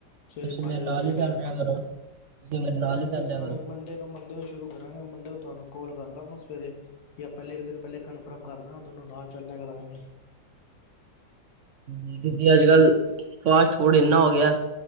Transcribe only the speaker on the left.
ਸਵੇਰੇ
ਪੰਜ
ਵਜੇ
ਉੱਠ
ਕੇ
ਵੇਖਾਂ
ਮੰਡੇ ਤੋਂ ਮੰਡੇ ਤੋਂ ਸ਼ੁਰੂ ਕਰਾਂਗੇ ਮੰਡੇ ਤੋਂ ਤੁਹਾਨੂੰ ਕੋਲ ਕਰਦਾਂਗਾ ਸਵੇਰੇ ਵੀ ਪਹਿਲੇ ਇੱਕ ਦਿਨ ਪਹਿਲੇ ਕਨਫਰਮ ਕਰਦਾ ਦੋਨੋਂ ਨਾਲ ਚੱਲ ਲਿਆ ਕਰਾਂਗੇ